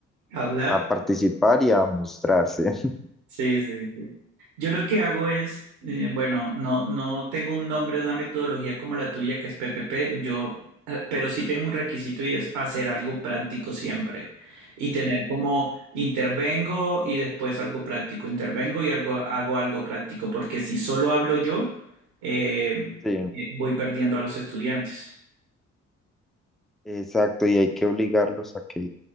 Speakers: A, on the right; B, in the centre.
A: Hablar.
B: a participar y a mostrarse. <laughs>
A: Sí, sí, sí. Yo lo que hago es, eh, bueno, no, no tengo un nombre, una metodología como la tuya, que es PPP, yo, eh, pero sí tengo un requisito y es hacer algo práctico siempre y tener como intervengo y después algo práctico, intervengo y algo, hago algo práctico, porque si solo hablo yo, eh,
B: Sí,
A: eh, voy perdiendo a los estudiantes.
B: exacto, y hay que obligarlos a que